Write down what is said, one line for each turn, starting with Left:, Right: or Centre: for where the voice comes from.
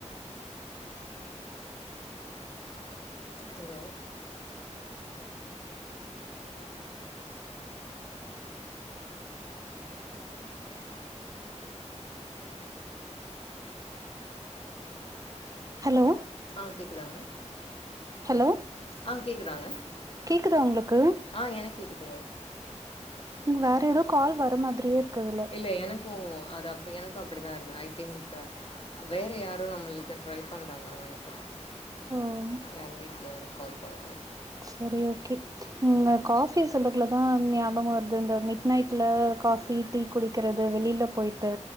Left: ஹலோ <unintelligible>
Right: ஹலோ
Left: ஆ கேக்குதாங்க
Right: ஹலோ
Left: ஆ கேக்குதாங்க
Right: கேக்குதா உங்களுக்கு
Left: ஆ எனக் கேக்குதுங்க
Right: இங்க வேற ஏதோ கால் வர மாதிரியே இருக்கு அதுல்ல
Left: இல்ல எனக்கு அது அப் எனக்கு அப்டிதா இருந்த ஐ திங்க் வேற யாரோ நம்மளுக்கு ட்ரை பண்றாங்கன் நெனைக்கிறே
Right: ஓ
Left: யார் வீட்ல வந்து கால் பண்ணுவாங்க
Right: சரி ஓகே முன்ன
Left: ம்.
Right: காஃபி சொல்றக்குலதா ஞாபகோ வருது இந்த மிட் நைட்ல காஃபி டீ குடிக்கிறது வெளியில போயிட்டு